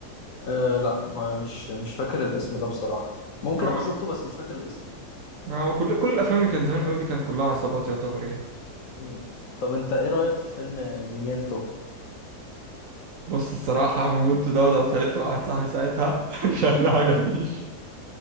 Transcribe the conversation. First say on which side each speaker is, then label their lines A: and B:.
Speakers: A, on the left; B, on the right.
A: آه لا ما مش مش فاكر الاسم ده بصراحه ممكن
B: ما
A: ابقى
B: هو
A: شفته بس مش فاكر الاسم
B: ما هو كل كل الافلام اللي كانت زمان قوي دي كانت كلها عصابات يعتبر يعني
A: امم طب انت ايه رايك في فيلم ميمنتو
B: بص الصراحة مومنتو دوت أنا اتخانقت مع واحد صاحبي ساعتها <laughs> عشان ما عجبنيش